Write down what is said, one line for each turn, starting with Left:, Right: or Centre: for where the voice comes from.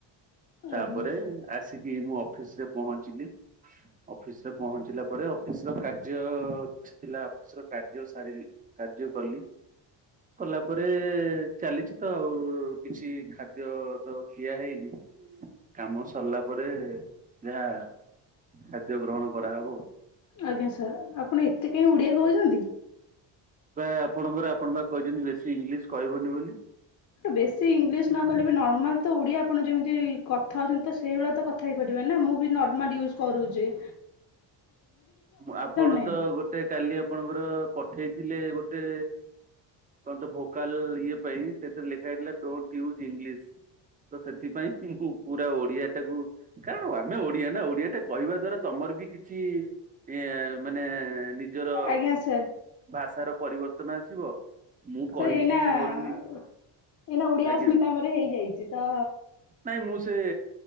Right: ତାପରେ
Left: ଆଜ୍ଞା
Right: ଆସିକି ମୁଁ ଅଫିସ୍ ରେ ପହଞ୍ଚିଲି। ଅଫିସ୍ ରେ ପହଞ୍ଚିଲା ପରେ ଅଫିସ୍ ର କାର୍ଯ୍ୟ। ଥିଲା ଅଫିସ୍ର କାର୍ଯ୍ୟ ସାରିଲି କାର୍ଯ୍ୟ କଲି। କଲା ପରେ ଚାଲିଛି ତ ଆଉ କିଛି ଖାଦ୍ୟ ତ ଖିଆ ହେଇନି। କାମ ସରିଲା ପରେ ଯାହା ଖାଦ୍ୟ ଗ୍ରହଣ କରାହବ।
Left: ଆଜ୍ଞା ସାର୍ ଆପଣ ଏତେ କାହିଁ ଓଡ଼ିଆ କହୁଛନ୍ତି?
Right: ପ୍ରାୟେ ଆପଣ ପରା ଆପଣ ପା କହିଛନ୍ତି ବେଶୀ ଇଂଲିଶ୍ କହିବନି ବୋଲି।
Left: ବେଶୀ ଇଂଲିଶ୍ ନ କହିଲେ ବି ନର୍ମାଲ ତ ଓଡିଆ ଆପଣ ଯେମିତି କଥା ହଉଛନ୍ତି ତ ସେଇଭଳିଆ ତ କ ଥା ହୋଇପାରିବେ ନା ମୁଁ ବି ନର୍ମାଲ ୟୁଜ୍ କରୁଚି।
Right: ଆପଣ
Left: ନାହିଁ।
Right: ତ ଗୋଟେ କାଲି ଆପଣଙ୍କର ପଠେଇଥିଲେ ଗୋଟେ। କଣ ତ ଭୋକାଲ୍ ଇଏ ପାଇଁ ସେଥିରେ ଲେଖା ହେଇଥିଲା ଡୋଣ୍ଟ୍ ୟୁଜ୍ ଇଂଲିଶ୍। ତ ସେଥିପାଇଁ ମୁହୁଁ ପୁରା ଓଡିଆ ଟାକୁ। କାରଣ ଆମେ ଓଡିଆ ନା ଓଡିଆ ଟା କହିବା ଦ୍ଵାରା ତମର ବି କିଛି। ଇଏ ମାନେ ନିଜର
Left: ଆଜ୍ଞା ସାର୍
Right: ଭାଷାର ପରିବର୍ତ୍ତନ ଆସିବ। ମୁଁ କହିକି
Left: ସାର୍ ଏଇନା
Right: ବି ମୋର ବି
Left: ଏଇନା ଓଡିଆ
Right: ଆଜ୍ଞା।
Left: ସ୍ମିତା ମର ହେଇଯାଇଛି ତ।
Right: ନାଇଁ ମୁଁ ସେ